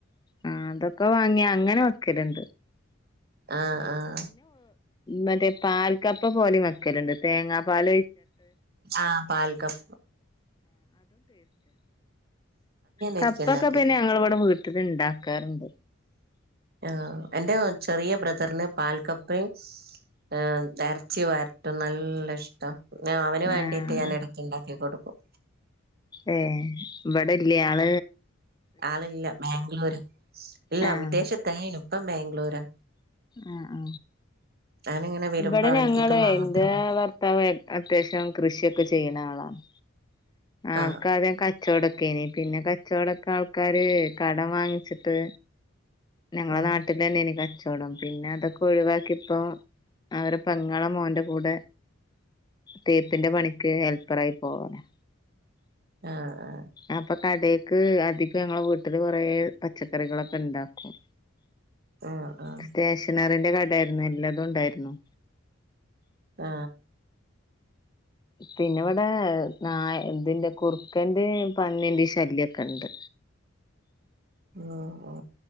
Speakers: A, on the left; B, on the right.
A: ആ അതൊക്കെ വാങ്ങിയാ അങ്ങനെ വെക്കലുണ്ട്
B: ആഹ ആഹ
A: മറ്റേ പാൽക്കപ്പ പോലെ മക്കലുണ്ട് തേങ്ങാ പാല
B: ആഹ പാൽക്കപ്പ
A: കപ്പക്കെ
B: ഒരിക്കെ ഉണ്ടാക്കിട്ട്
A: പിന്നെ ഞങ്ങള ഇവിടെ വീട്ട്ന്ന്ണ്ടാക്കാ ക്കാറുണ്ട്
B: ആ എന്റെ ചെറിയ ബ്രദറിന് പാൽക്കപ്പയും ഏ ഇരച്ചി വരട്ടും നല്ല ഇഷ്ട ആ അവന് വേണ്ടീട്ട്
A: ആഹ്
B: ഞൻ എടക്ക് ഇണ്ടാക്കി കൊട്ക്കും
A: ഏ ഇവടെ ഇല്ല ആൾ
B: ആളില്ല ബാംഗ്ലൂര് ഇല്ല
A: ആഹ്
B: വിദേശത്തെയ്നു ഇപ്പം ബാംഗ്ലൂരാ
A: ആ ആ
B: ഞാനിങ്ങനെ വരുമ്പോ
A: ഇവടെ
B: അവനക്ക്
A: ഞങ്ങൾ
B: ഇത് മാത്രം
A: ഇന്റെ
B: മതി
A: ഭർത്താവ് അത്യാവശ്യം കൃഷിയൊ ക്കെ ചെയ്യ്ണ ആളാണ് ആൾക്കാദ്യം
B: ആ
A: കച്ചോടൊക്കെ എയ്നി പിന്നെ കച്ചോടൊക്കെ ആൾക്കാര് കടം വാങ്ങിച്ചിട്ട് ഞങ്ങളെ
B: ആ
A: നാട്ടിലെന്നെയ്നി കച്ചോടം പിന്നെ അതൊക്കെ ഒഴിവാക്കി ഇപ്പോ അവരെ പെങ്ങളെ മോന്റെ കൂടെ തേപ്പിന്റെ പണിക്ക് ഹെൽപ്പറായി പോവലാ
B: ആ ആ
A: അപ്പ കടെക്ക് അധികം ഞങ്ങളെ വീട്ടിൽ കെറേ പച്ചക്കറികളൊക്കെ ഇണ്ടാക്കും
B: ആ
A: സ്റ്റേഷനറിന്റെ കടായായിരുന്നു എല്ലതും ഇണ്ടായിരുന്നു
B: ആ
A: പിന്നെ ഇവിടെ നാ ഇതിന്റെ കുറുക്കന്റെ പന്നിന്റിം ശല്യം ഒക്കെ ഇണ്ട്
B: ആ ആ